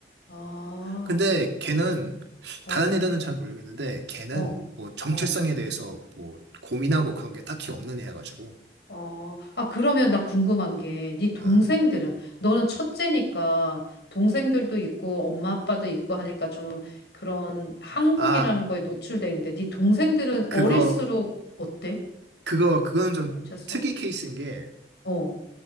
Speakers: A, on the left; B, on the right.
A: 아.
B: 근데 걔는,
A: 어,
B: 다른 애들은 잘 모르겠는데, 걔는
A: 어,
B: 뭐 정체성에
A: 어,
B: 대해서 뭐 고민하고 그런 게 딱히 없는 애여가지고,
A: 어. 아, 그러면 나 궁금한 게, 네 동생들은,
B: 어.
A: 너는 첫째니까 동생들도 있고 엄마 아빠도 있고 하니까 좀 그런 한국이라는
B: 아,
A: 거에 노출돼 있는데, 네 동생들은
B: 그거
A: 어릴수록 어때?
B: 그거 그거는 좀
A: 정체성?
B: 특이 케이스인 게
A: 어,